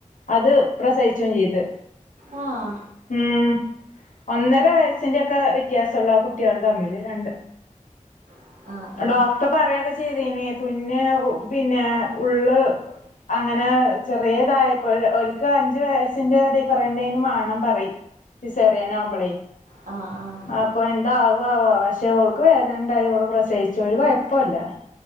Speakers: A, on the left; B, on the right.
A: അത് പ്രസവിച്ചും ചെയ്ത്
B: ആഹ
A: ഉം ഒന്നര വയസ്സിന്റെയ ഒക്കെ വ്യത്യാസമുള്ള കുട്ടികള് തമ്മില് രണ്ട്
B: ആഹ് ആഹ് ആഹ്
A: ഡോക്ടർ പറയൊക്കെ ചെയ്തനെ തുന്ന് പിന്നെ ഉള്ള് അങ്ങനെ ചെറിയതായപ്പോഴ ഒക്ക് അഞ്ചു വയസിന്റെ ഡിഫറൻ എന്തേും വണം പറ സിസെറിയൻ ആകുമ്പളെ
B: ആ ആ
A: അപ്പൊ എന്താവകുവാ ആവോ പക്ഷെഓൾക്ക്ക് വേദനണ്ടായി ഓള് പ്രസയിച്ചു ഒരു കൊയപ്പൂല